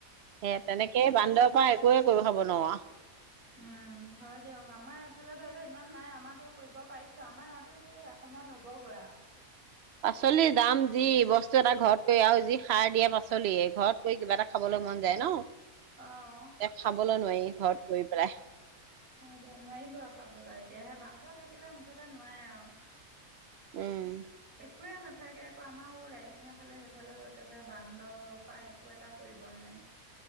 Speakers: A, on the right; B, on the right.
A: সে তেনেকেই বান্দৰ পৰা একোৱয়ে কৰিব খাব ন ৱা
B: উম হয় দিয়ক আমাৰ এফালে ধৰি লও ইমান নাই আমাৰ তেওঁ কৰিব পাৰিছো আমাৰ ইয়াতো চাগে এসময়ত হ'বগৈ আৰু
A: পাচলি দাম যি বস্তু এটা ঘৰত কৰি আৰু যি সাৰ দিয়া পাচলি এই ঘৰত কিবা এটা খাবলৈ মন যায় ন
B: অঁ
A: এয়া খাবলৈ নোৱাৰি ঘৰত কৰি পেলাই
B: অ দে নোৱাৰিব ৰ খাবলৈ এতিয়াাহে বান্দৰ থাকিলে মুঠতে নোৱাই আৰু
A: উম
B: একোৱে নাথাকে আকৌ আমাৰো ৰাইডিঙ এফালে সেইফালেও একেবাৰে বান্দৰ পৰা একো এটা কৰিব নোৱাৰে